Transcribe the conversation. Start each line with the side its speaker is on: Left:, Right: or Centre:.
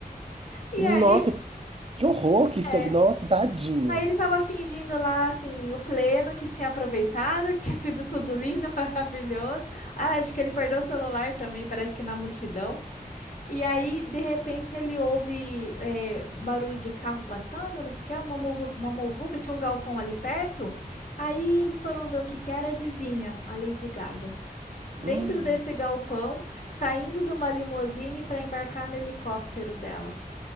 Left: E
Right: Nossa,
Left: aí,
Right: que horror
Left: <laughs>
Right: que está.
Left: é.
Right: Nossa, tadinho.
Left: Aí ele tava fingindo lá, assim, o pleno que tinha aproveitado, que <laughs> tinha sido tudo lindo, <laughs> maravilhoso. Ah, acho que ele perdeu o celular também, parece que na multidão. E aí, de repente, ele ouve é, barulho de carro passando, não sei o que, uma muvu- uma muvuca, tinha um galpão ali perto. Aí eles foram ver o que que era, adivinha, a Lady Gaga. Dentro
Right: Hum,
Left: desse galpão, saindo de uma limusine para embarcar no helicóptero dela.